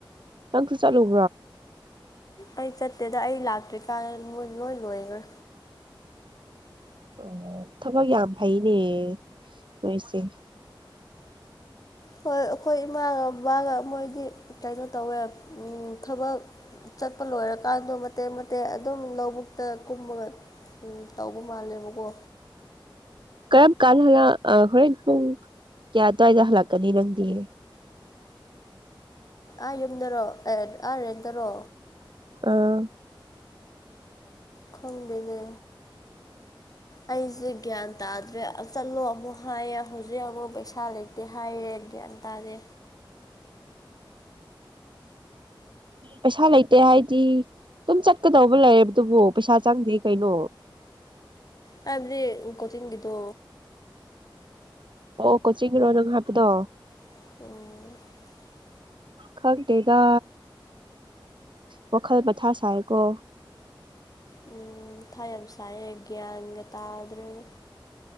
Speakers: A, on the right; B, on the left.
A: ꯆꯥꯡꯪꯁ ꯆꯠꯂ
B: ꯑꯩ ꯆꯠꯇꯦꯗ ꯑꯩ ꯂꯥꯛꯇ꯭ꯔꯤ ꯀꯥꯟꯗ ꯃꯣꯏ ꯂꯣꯏ ꯂꯣꯏꯈ꯭ꯔꯦ
A: ꯑꯣ ꯊꯕꯛ ꯌꯥꯝ ꯐꯩꯅꯦ ꯅꯣꯏꯁꯦ
B: ꯍꯣꯏ ꯑꯩꯈꯣꯏ ꯏꯃꯥꯒ ꯕꯕꯥꯒ ꯃꯣꯏꯗꯤ ꯀꯩꯅꯣ ꯇꯧꯋꯦ ꯊꯕꯛ ꯆꯠꯄ ꯂꯣꯏꯔꯀꯥꯟꯗꯣ ꯃꯇꯦꯛ ꯃꯇꯦꯛ ꯑꯗꯨꯝ ꯂꯧꯕꯨꯛꯇ ꯀꯨꯝꯃꯒ ꯎꯝ ꯇꯧꯕ ꯃꯥꯜꯂꯦꯕꯀꯣ
A: ꯀꯔꯝ ꯀꯥꯟ <unintelligible> ꯍꯣꯔꯦꯟ ꯄꯨꯡ ꯀꯌꯥ ꯑꯗꯨꯋꯥꯏꯗ ꯍꯜꯂꯛꯀꯅꯤ ꯅꯪꯗꯤ
B: ꯑꯥ ꯌꯨꯝꯗꯔꯣ ꯑꯥꯔꯦꯟꯇꯔꯣ
A: ꯑ
B: ꯈꯪꯗꯦꯅꯦ ꯑꯩꯁꯦ ꯒ꯭ꯌꯥꯟ ꯇꯥꯗ꯭ꯔꯦ ꯆꯠꯂꯣ ꯑꯃꯨꯛ ꯍꯥꯏꯌꯦ ꯍꯧꯖꯤꯛ ꯑꯃꯨꯛ ꯄꯩꯁꯥ ꯂꯩꯇꯦ ꯍꯥꯏꯌꯦ ꯒ꯭ꯌꯥꯟ ꯇꯥꯗꯦ
A: ꯄꯩꯁꯥ ꯂꯩꯇꯦ ꯍꯥꯏꯗꯤ ꯑꯗꯨꯝ ꯆꯠꯀꯗꯧꯕ ꯂꯩꯔꯕꯗꯨꯕꯨ ꯄꯩꯁꯥ ꯆꯪꯗꯦ ꯀꯩꯅꯣ
B: ꯍꯥꯏꯕꯗꯤ ꯀꯣꯆꯤꯡꯒꯤꯗꯣ
A: ꯑꯣ ꯀꯣꯆꯤꯡꯒꯤꯔꯣ ꯅꯪ ꯍꯥꯏꯄꯗꯣ
B: ꯑꯣ
A: ꯈꯪꯗꯦꯗ ꯋꯥꯈꯜ ꯃꯊꯥ ꯁꯥꯥꯏꯀꯣ
B: ꯎꯝ ꯃꯊꯥ ꯌꯥꯝ ꯁꯥꯏꯌꯦ ꯒ꯭ꯌꯥꯟꯒ ꯇꯥꯗ꯭ꯔꯦꯅꯦ